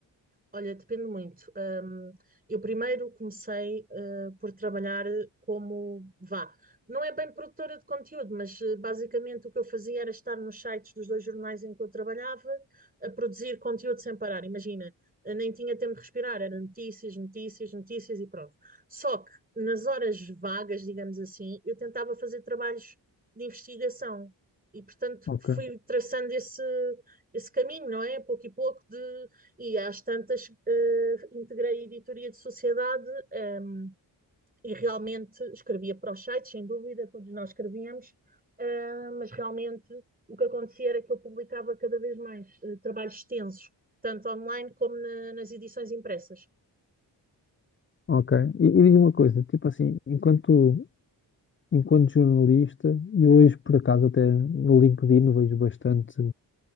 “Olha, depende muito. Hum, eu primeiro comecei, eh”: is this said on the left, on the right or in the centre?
Right